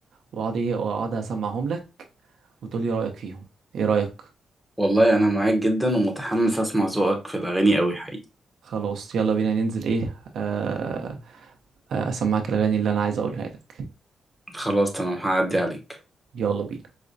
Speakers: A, on the right (about 70°); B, in the centre.
A: واقعد ايه واقعد اسمعهم لك وتقول لي رايك فيهم ايه رايك
B: والله أنا معاك جدا ومتحمس أسمع ذوقك في الأغاني أوي حقيقي
A: خلاص يلا بينا ننزل ايه آه آه، اسمعك الاغاني اللي انا عايز اقولها لك
B: خلاص تمام هعدي عليك
A: يلا بينا